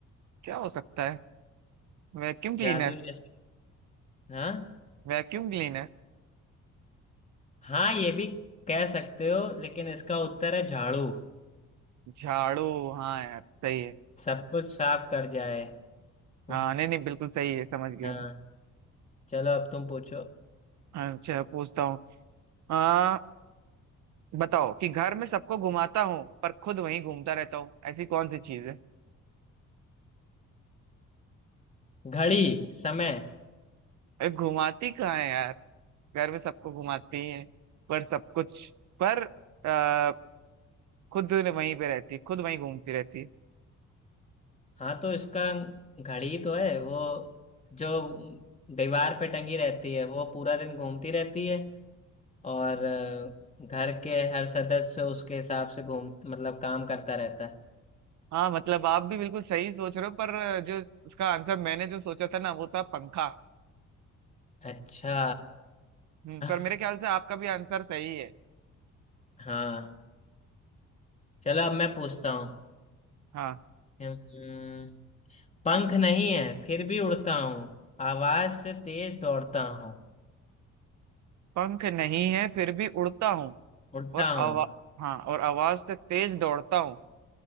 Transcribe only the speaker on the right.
क्या हो सकता है Vacuum cleaner
Vacuum cleaner
झाड़ू हाँ यार सही है
हाँ नहीं नहीं बिल्कुल सही है समझ गया
मैं।
अच्छा पूछता हूँ आ बताओ कि घर में सबको घुमाता हूँ पर खुद वहीं घूमता रहता हूँ ऐसी कौन सी चीज है
अरे घुमाती कहाँ है यार घर में सबको घुमाती है पर सब कुछ पर आ, खुद वहीं पे रहती खुद वहीं घूमती रहती
हाँ मतलब आप भी बिल्कुल सही सोच रहे हो पर जो उसका आंसर मैंने जो सोचा था ना वो था पंखा
हम्म,
पर मेरे ख्याल से आपका भी आंसर सही है
हाँ
पंख नहीं है फिर भी उड़ता हूँ
और
आवा हाँ और आवाज से तेज दौड़ता हूँ